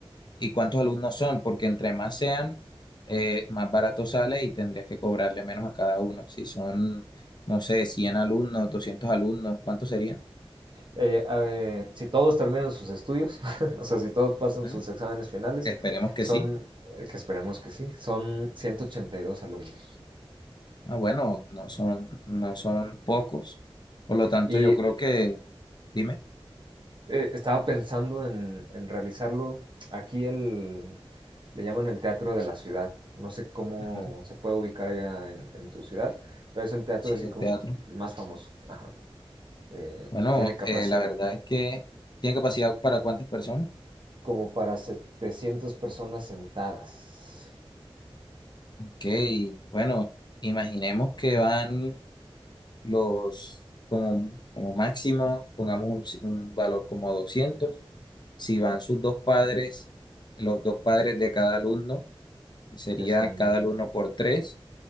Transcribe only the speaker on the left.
¿Y cuántos alumnos son? Porque entre más sean, eh, más barato sale y tendrías que cobrarle menos a cada uno. Si son, no sé, 100 alumnos, 200 alumnos, ¿cuántos serían?
¿Mm?
Esperemos que
sí.
Ah, bueno, no son, no son pocos. Por lo tanto,
yo creo que, dime,
Ujú.
Sí,
el
teatro.
Bueno,
eh, la verdad es que tiene capacidad para cuántas personas.
Ok, bueno, imaginemos que van los, como, como máximo, pongamos un, ci- un valor como doscientos Si van sus dos padres, los dos padres de cada alumno, que sería
cada alumno por tres.